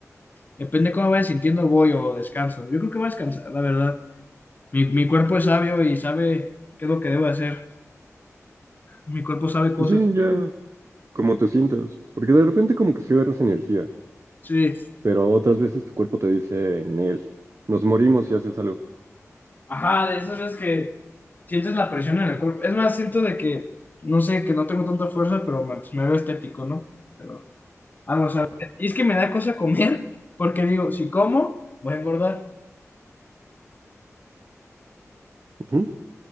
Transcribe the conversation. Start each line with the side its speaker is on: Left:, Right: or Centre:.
Left: depende de cómo vaya sintiendo, voy o descanso. Yo creo que voy a descansar, la verdad. Mi, mi cuerpo es sabio y sabe qué es lo que debo hacer. Mi cuerpo sabe cosas.
Right: Pues Sí, ya, como te sientas, porque de repente como que sí agarras energía,
Left: Sí.
Right: pero otras veces tu cuerpo te dice, Nel, nos morimos y haces algo.
Left: Ajá, de esas veces que sientes la presión en el cuerpo. Es más, siento de que, no sé, que no tengo tanta fuerza, pero me, pues, me veo estético, ¿no? Pero vamos a ver. Y es que me da cosa comer porque digo, si como, voy a engordar.
Right: Ujú.